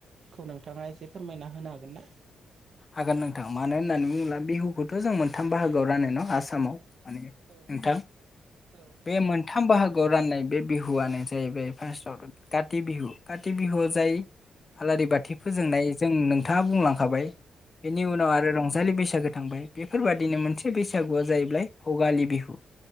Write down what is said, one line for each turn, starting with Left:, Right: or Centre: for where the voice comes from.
Right: खौ नोंथाङा एसे फोरमायना होनो हागोन ना?
Left: हागोन नोंथां मानो होननानै बुङोब्ला बिहुखौथ' जों मोनथाम बाहागोआव रानो न' आसामाव माने
Right: औ
Left: नोंथां
Right: औ
Left: बे मोनथाम बाहागोआव राननाय बे बिहुआनो जाहैबाय फार्स्टआवथ' काति बिहु काति बिहुयाव जाय आलारि बाथि फोजोंनाय जों नों नोंथाङा बुंलांखाबाय बेनि उनाव आरो रंजालि बैसागु थांबाय बेफोरबादिनो मोनसे बैसागुआ जाहैबाय भगालि बिहु